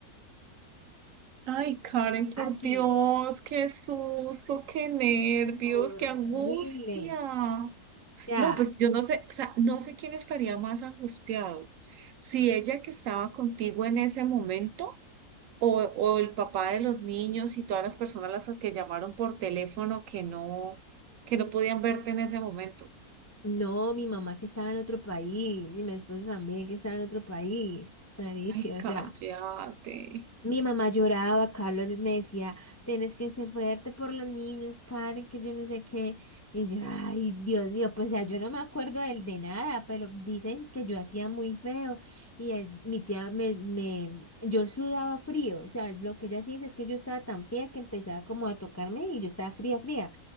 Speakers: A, on the right; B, on the left.
A: Ay, Karen, por
B: Así,
A: Dios, qué susto, qué nervios,
B: horrible.
A: qué angustia.
B: O sea,
A: No, pues yo
B: mm,
A: no sé, o sea, no sé quién estaría más angustiado, si ella que estaba contigo en ese momento o, o el papá de los niños y todas las personas las que llamaron por teléfono que no, que no podían verte en ese momento.
B: no, mi mamá que estaba en otro país y mi esposo también que estaba en otro país. Marichi,
A: Ay,
B: o
A: cállate.
B: sea, Mi mamá lloraba, Carlos me decía, tienes que ser fuerte por los niños, Karen, que yo no sé qué. Y yo, ay, Dios mío, pues ya yo no me acuerdo del de nada, pero dicen que yo hacía muy feo. Y el- mi tía me, me, yo sudaba frío. O sea, lo que ella sí dice es que yo estaba tan fría que empezaba como a tocarme y yo estaba fría, fría.